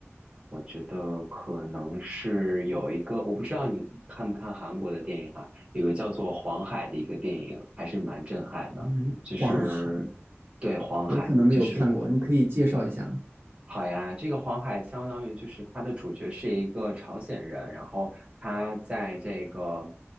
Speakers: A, on the right (about 20°); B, on the right (about 55°).
A: 我觉得可能是有一个，我不知道你看不看韩国的电影啊，有个叫做《黄海》的一个电影，还是蛮震撼的，
B: 嗯，
A: 就是
B: 黄海，
A: 对黄海，
B: 我可能没有看过，
A: 就是。
B: 你可以介绍一下吗？
A: 好呀，这个黄海相当于就是它的主角是一个朝鲜人，然后他在这个